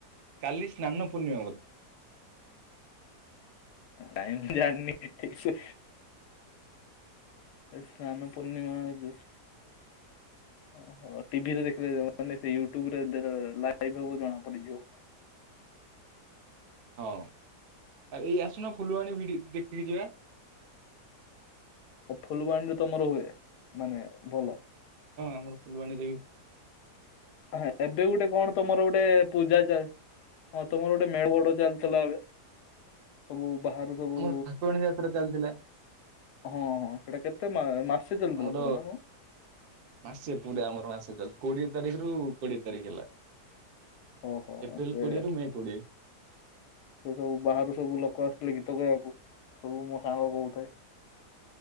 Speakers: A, on the right; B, on the left.
A: କାଲି ସ୍ନାନ ପୂର୍ଣ୍ଣିମା ବୋଧେ।
B: ଟାଇମ ଜାଣନି ହେଇଚି? ଏ ସ୍ନାନ ପୂର୍ଣ୍ଣିମା ଯୋଉ ଓହୋ। ଟିଭିରେ ଦେଖିଲେ ଜଣା ନାଇ ୟୁଟ୍ୟୁ୍ବ ଲାଇଭ ହବ ଜଣା ପଡିଯିବ।
A: ହଁ ଆ ଏଇ ଆସୁନ ଫୁଲବାଣୀ ଭିଡି ଦେଖିକି ଯିବା।
B: ଓ ଫୁଲବାଣୀରେ ତମର ହୁଏ ମାନେ ଭଲ?
A: ହଁ ଆମର ଫୁଲବାଣୀ ରେ ବି
B: ହଁ ଏବେ ଗୋଟେ କଣ ତମର ଗୋଟେ ପୂଜା ଚା, ହଁ ତମର ଗୋଟେ ମେଳ ବଡ ଚାଲିଛି। ଲା ଆଗେ ସବୁ ବାହାରୁ ସବୁ
A: ଆମର ଠାକୁରାଣୀ ଯାତ୍ରା ଚାଲିଥିଲା।
B: ହଁ ହଁ ସେଟା କେତେ ମାସ ମାସେ ଚାଲୁଥିଲା
A: ଆମର
B: କରୋନା ମ
A: ମାସେ ପୁରା ଆମର ମାସେ ଚାଲିଥି କୋଡିଏ ତାରିଖରୁ କୋଡିଏ ତାରିଖ ହେଲା।
B: ଓହୋ
A: ଏପ୍ରିଲ
B: ସେ
A: କୋଡ଼ିଏରୁ ମେ କୋଡ଼ିଏ।
B: ସେ ସବୁ ବାହାରୁ ସବୁ ଲୋକ ଆସିଥିଲେ ଗୀତ ଗାଇବାକୁ। ସବୁ ମୋ ସାଙ୍ଗ କହୁଥାଏ।